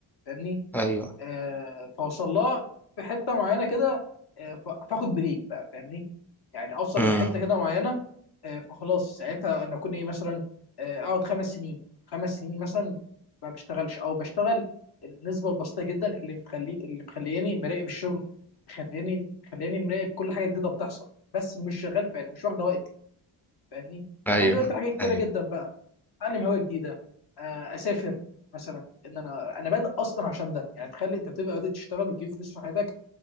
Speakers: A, on the left; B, in the centre.
A: فاهمني
B: ايوه
A: آه، فاوصل لها في حته معينه كده آه، ف- فاخد بريك بقى فاهمني يعني اوصل
B: مم.
A: لحته كده معينه آه، فخلاص ساعتها انا اكون ايه مثلا آه، اقعد خمس سنين خمس سنين مثلا ما بشتغلش او بشتغل النسبه البسيطه جدا اللي مخلي اللي مخلياني مراقب الشغل مخلياني مخلياني مراقب كل حاجه جديده بتحصل بس مش شغال فعلا مش واخده وقتي فاهمني
B: ايوه
A: وبدي وقت لحاجات كتيره
B: ايوه
A: جدا بقى اتعلم هوايه جديده آه، اسافر مثلا ان انا انا بادئ اصلا عشان ده يعني تخيل انت بتبقى بادئ تشتغل وتجيب فلوس في حياتك